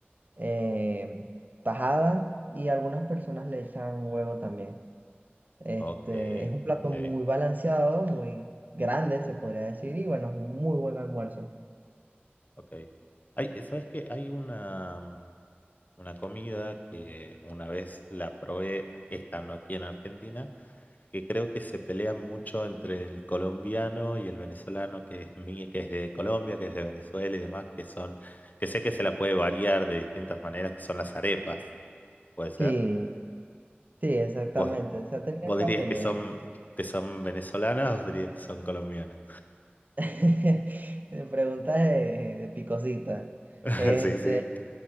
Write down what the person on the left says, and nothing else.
ok,
ok,
ok. Hay, ¿sabes qué? Hay una. mm, una comida que una vez la probé estando aquí en Argentina, que creo que se pelean mucho entre el colombiano y el venezolano, que es mi- que es de Colombia, que es de Venezuela y demás, que son, que sé que se la puede variar de distintas maneras, que son las arepas, ¿puede ser?
¿Vos,
vos
dirías
que son, que son venezolanas o dirías que son colombianas?
<laughs>
Sí, sí.